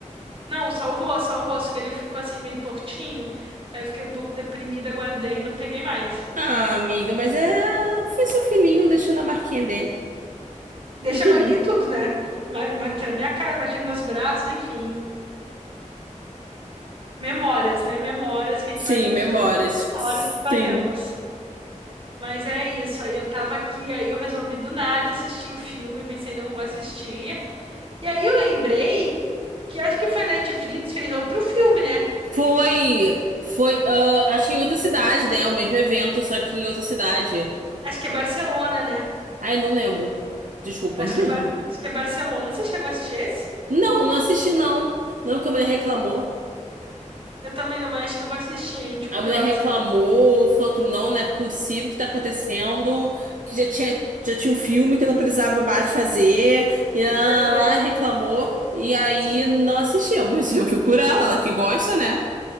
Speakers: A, on the right; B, on the right.
A: Não, salvou, salvou, só que ele ficou assim meio tortinho. Aí eu fiquei um pouco deprimida, guardei e não peguei mais.
B: Ah, amiga, mas é. Foi seu filhinho deixando a marquinha dele.
A: Deixa
B: <laughs>
A: a marquinha em tudo, né? Mar- Marquinha na minha cara, marquinha nos meus braços, enfim. Memórias, né? Memórias que a
B: Sim,
A: gente vai construir
B: memórias.
A: histórias que fazemos.
B: Sim.
A: Mas é isso, aí eu tava aqui, aí eu resolvi do nada assistir o filme, pensei, não vou assistir. E aí eu lembrei que acho que foi a Netflix fez outro filme, né?
B: Foi, foi, ah, acho que em outra cidade, né? O mesmo evento, só que em outra cidade.
A: Acho que é Barcelona, né?
B: Ai, não lembro. Desculpa.
A: Acho que é, Bar-
B: <laughs>
A: acho que é Barcelona. Você chegou a assistir esse?
B: Não, não assisti não. Não que a mulher reclamou.
A: Eu também não, mas acho que eu vou assistir, hein? De curiosa.
B: A mulher reclamou, falou que não, não é possível o que tá acontecendo, que já tinha, já tinha um filme que não precisava mais fazer, e lá,
A: Adorei.
B: lá, reclamou, e aí
A: Sim.
B: não assistimos. <laughs> Eu fui por ela, ela que gosta, né?